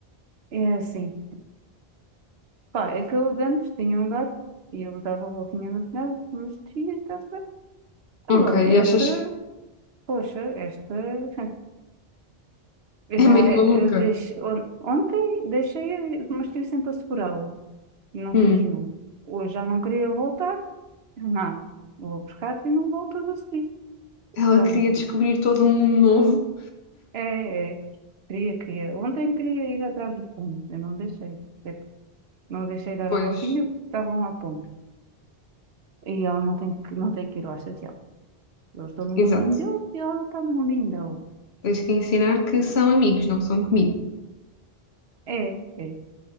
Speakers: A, on the right; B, on the left.
A: é assim. Pá, é que eu de antes tinha um gato e ele dava a voltinha no telhado, mas tinha, está bem. Agora
B: ok,
A: esta,
B: e achas
A: poxa, esta, <laughs> eu
B: é
A: já,
B: meio maluca?
A: eu deixei, on- ontem deixei, mas estive sempre a segurá-la, não
B: Hum,
A: fugiu. Hoje já não queria voltar, não, vou buscar-te e não voltas a subir,
B: ela
A: já
B: queria
A: viste
B: descobrir
A: isto.
B: todo um mundo novo?
A: É, é, queria, queria, ontem queria ir atrás do pombo, eu não deixei, É que não deixei dar
B: Pois,
A: a voltinha, estavam à pombo. E ela não tem que, não tem que ir lá chateá-la. Eles estão no
B: exato.
A: mundinho deles e ela está no mundinho dela.
B: Tens que ensinar que são amigos, não são comida.
A: É, É,